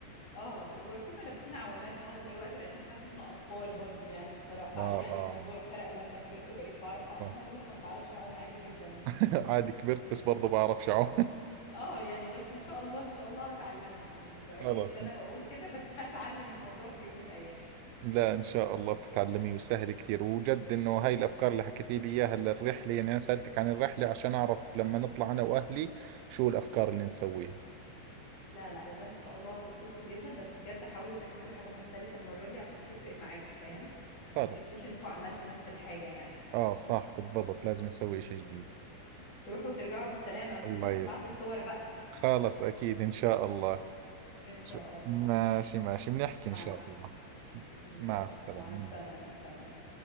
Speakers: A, on the left; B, on the right.
A: اه وكنا لابسين عوامات معظم الوقت لان احنا كنا اطفال برضو يعني الصراحه
B: اه
A: قال يعني
B: اه
A: الموضوع فرق لما كبرت وبقيت بعرف اعوم
B: آه.
A: انا لسه ما بعرفش اعوم عادي جدا
B: <laughs> عادي كبرت بس برضو بعرف شعو
A: اه يعني بس ان شاء الله ان شاء الله هتعلمها يعني بقالي
B: <laughs> خلاص
A: سنه بقول كده بس <laughs> هتعلم الموضوع في يوم من الايام
B: لا ان شاء الله بتتعلمي وسهل كثير وجد انه هاي الافكار اللي حكيتي لي اياها للرحله يعني انا سالتك عن الرحله عشان اعرف لما نطلع انا واهلي شو الافكار اللي نسويها
A: لا لا والله ان شاء الله هتتبسطوا جدا بس بجد حاولوا تعملوا حاجة مختلفة المرة دي عشان تفرق معاكم فاهم
B: خلاص
A: ما تحسوش انكم عملتوا نفس الحاجة يعني
B: اه صح بالضبط لازم نسوي شيء جديد
A: تروحوا وترجعوا بالسلامة ما تنساش
B: الله يسلمك
A: تبعت لي الصور بقى
B: خلاص اكيد ان شاء الله
A: ان شاء
B: ش-
A: الله
B: ماشي ماشي بنحكي إن
A: مع
B: شاء
A: الس-
B: الله
A: ان شاء
B: مع السلامة
A: الله مع السلامة
B: مع السلامة
A: سلام